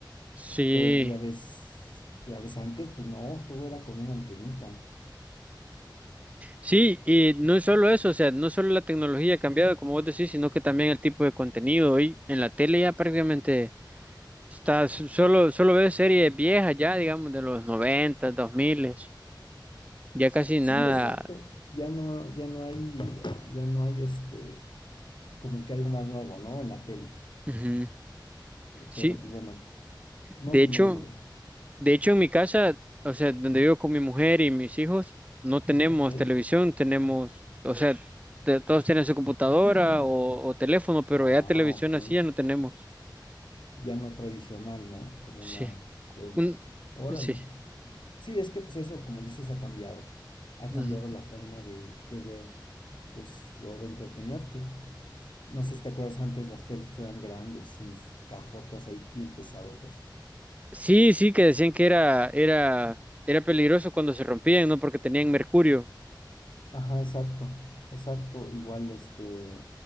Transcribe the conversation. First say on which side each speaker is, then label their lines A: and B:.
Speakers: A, on the right; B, on the left.
A: Sí,
B: Pero pues ya ves, ya ves antes, pues no, todo era con una antenita.
A: sí, y no es solo eso, o sea, no solo la tecnología ha cambiado, como vos decís, sino que también el tipo de contenido. Hoy en la tele ya prácticamente estás, solo, solo ves series viejas ya, digamos, de los noventa dos 2000, ya casi nada.
B: Sí, exacto. Ya no, ya no hay, ya no hay este, como que algo más nuevo, ¿no? En la tele.
A: Ujú. Sí,
B: Pero pues bueno, no,
A: de
B: dime,
A: hecho,
B: dime, dime.
A: de hecho en mi casa, o sea, donde vivo con mi mujer y mis hijos, no tenemos
B: Ok.
A: televisión, tenemos, o sea, te- todos tienen su computadora o, o teléfono, pero
B: Ah,
A: ya televisión
B: ok.
A: así ya no tenemos.
B: Ya no tradicional, ¿no? Como
A: Sí.
B: una tele.
A: Un,
B: Órale.
A: sí.
B: Sí, es que pues eso, como dices, ha cambiado. Ha cambiado
A: ujú.
B: la forma de, de ver, pues, o de entretenerte. No sé si te acuerdas antes, las teles eran grandes, unas cajotas ahí bien pesadotas.
A: Sí, sí, que decían que era, era, era peligroso cuando se rompían, ¿no? Porque tenían mercurio.
B: Ajá, exacto, exacto. Igual, este,